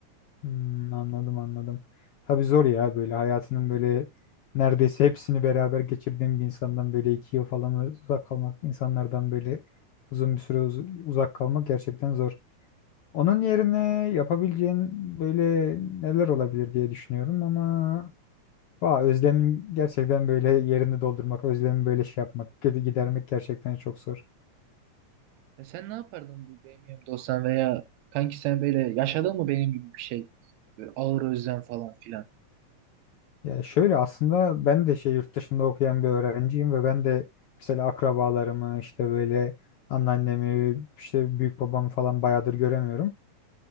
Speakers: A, on the left; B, on the right.
A: Hmm, anladım anladım. Tabii zor ya böyle hayatının böyle neredeyse hepsini beraber geçirdiğim bir insandan böyle iki yıl falan uzak kalmak, insanlardan böyle uzun bir süre uz- uzak kalmak gerçekten zor. Onun yerine yapabileceğin böyle neler olabilir diye düşünüyorum ama va özlemin gerçekten böyle yerini doldurmak, özlemi böyle şey yapmak, gide- gidermek gerçekten çok zor.
B: Ya sen ne yapardın bu benim yanımda olsan veya kanki sen böyle yaşadın mı benim gibi bir şey? Böyle ağır özlem falan filan.
A: Ya şöyle aslında ben de şey yurt dışında okuyan bir öğrenciyim ve ben de mesela akrabalarımı işte böyle anneannemi işte büyük babamı falan bayağıdır göremiyorum.